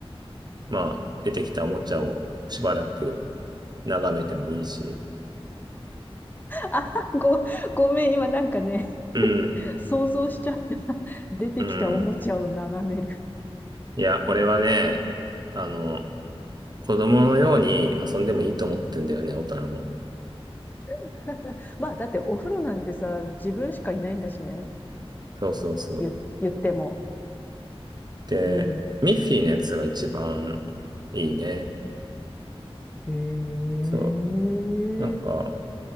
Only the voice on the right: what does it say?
まあ出てきたおもちゃをしばらく眺めてもいいし。
うん、
うん。いや、俺はね、あの、子供のように遊んでもいいと思ってんだよね、大人も。
そうそうそう。
で、
ミッフィーのやつが一番いいね。
そう。なんか、